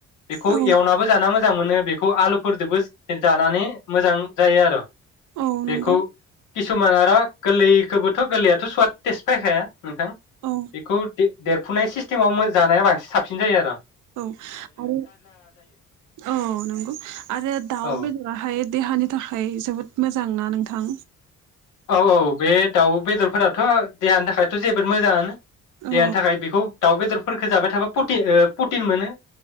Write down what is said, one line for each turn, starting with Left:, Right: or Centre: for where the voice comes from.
Left: बेखौ
Right: औ
Left: एवनाबो जाना मोज मोजां मोनो बेखौ आलुफोरजोंबो। जानानै मोजां। जायो आर'।
Right: औ नंगौ
Left: बेखौ किसुमान आरो गोरलैखौबोथ' गोरलैयाथ' सुवाट टेस्ट फैखाया नोंथां।
Right: औ
Left: बेखौ दे देरफुनाय सिस्टेमाव जानाया बांसिन साबसिन जायो आर '।
Right: औ आरो औ नंगौ आरो दाउ
Left: औ
Right: बेदराहाय। देहानि थाखाय जोबोद मोजां ना नोंथां?
Left: औ औ बे दाउ बेदरफोराथ' देहानि थाखायथ' जोबोद मोजाङानो
Right: औ
Left: देहानि थाखाय बेखौ दाउ बेदरफोरखौ जाबाय थाबा प्र प्रटिन मोनो